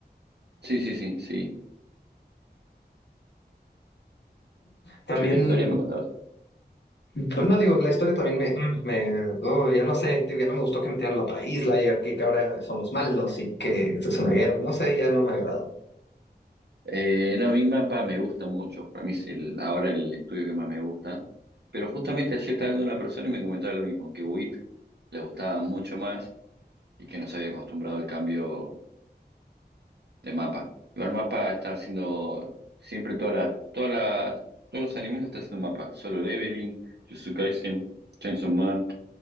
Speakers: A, on the right (about 75°); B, on the left (about 85°).
A: Sí, sí, sí, sí.
B: también
A: Sí, la historia me contabas.
B: Pues No digo, la historia también me, mm, me oh, ya no sé, tío, ya no me gustó que metieran la otra isla y aquí que ahora son los malos y que esto es una guerra, no sé, ya no me agradó.
A: Eh, no, a mí mapa me gusta mucho. Para mí es el, ahora el estudio que más me gusta. Pero justamente ayer estaba viendo una persona y me comentaba lo mismo, que WIT le gustaba mucho más y que no se había acostumbrado al cambio de mapa. Igual mapa está haciendo siempre todas las, todas las, todos los animes lo está haciendo mapa. Solo Leveling, Jujutsu Kaisen, Chainsaw Man.